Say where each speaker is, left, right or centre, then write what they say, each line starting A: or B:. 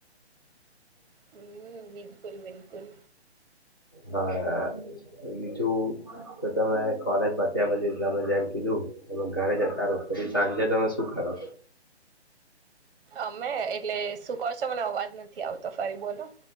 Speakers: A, on the right (about 55°); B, on the left (about 20°).
A: હમ્મ બિલકુલ બિલકુલ
B: હા બીજું તો તમે કોલેજ પત્યા પછી તમે જેમ કીધું તમે ઘરે જતા રહો પછી સાંજે તમે શું કરો?
A: અમે એટલે શું કોહ છો મને અવાજ નથી આવતો ફરી બોલો?